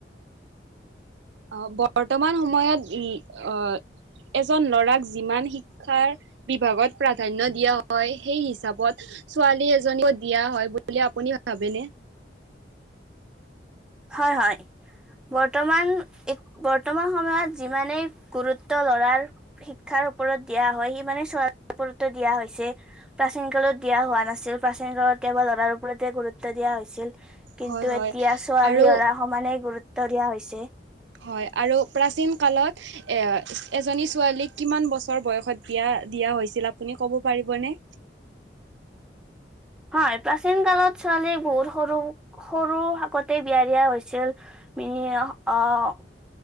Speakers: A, on the right; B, in the centre.
A: অ' বৰ্তমান সময়ত ই অ' এজন লৰাক যিমান শিক্ষাৰ বিভাগত প্ৰাধান্য দিয়া হয়, সেই হিচাপত ছোৱালী এজনীকো দিয়া হয় বুলি আপুনি ভাবেনে?
B: হয়, হয়! বৰ্তমান, <inaudible> বৰ্তমান সময়ত যিমানেই গুৰুত্ব ল'ৰাৰ শিক্ষাৰ ওপৰত দিয়া হয়, সি মানে <inaudible> ওপৰতো দিয়া হৈছে। প্ৰাচীন কালত দিয়া হোৱা নাছিল। প্ৰাচীন কালত কেৱল ল'ৰাৰ ওপৰতে গুৰুত্ব দিয়া হৈছিল। কিন্তু
A: হয় হয়
B: এতিয়া ছোৱালী
A: আৰু
B: ল'ৰা সমানে গুৰুত্ব দিয়া হৈছে।
A: হয় আৰু প্ৰাচীন কালত এ এজনী ছোৱালীক কিমান বছৰ বয়সত বিয়া দিয়া হৈছিল, আপুনি ক'ব পাৰিবনে?
B: হয়। প্ৰাচীন কালত ছোৱালীক বহুত সৰু, সৰু শাকতে বিয়া দিয়া হৈছিল। <unintelligible>